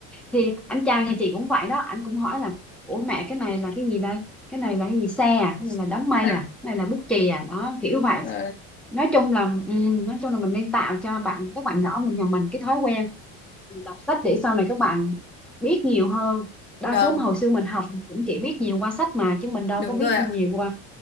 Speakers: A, in the centre; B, on the left.
A: thì anh chàng nhà chị cũng vậy đó anh cũng hỏi là ủa mẹ cái này là cái gì đây cái này là cái gì xe à cái này là đám mây
B: <laughs>
A: à cái này là bút chì à đó kiểu vậy
B: Ờ,
A: nói chung là ừ, nói chung là mình nên tạo cho bạn các bạn nhỏ mình nhà mình cái thói quen đọc sách để sau này các bạn biết nhiều hơn đa
B: vâng,
A: số mà hồi xưa mình học cũng chỉ biết nhiều qua sách mà chứ mình đâu
B: đúng
A: có biết
B: rồi ạ.
A: nhiều qua